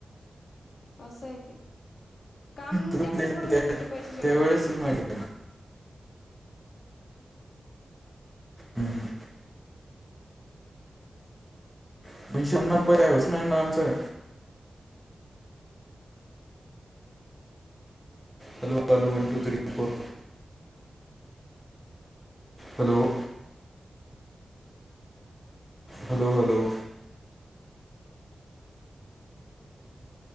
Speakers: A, on the left; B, in the centre.
A: असं आहे ते, काम
B: तिथून
A: जास्त
B: द्यायचं
A: करून
B: त्या
A: घेतात, ते पैशाच्या
B: त्यावेळेसच
A: बदल्यात.
B: माहिती आहे हम्, <unintelligible> रुपये होचना नाही ना राहाल ना, आमचं. Hello? Hello! One, two, three, four, hello? Hello? Hello!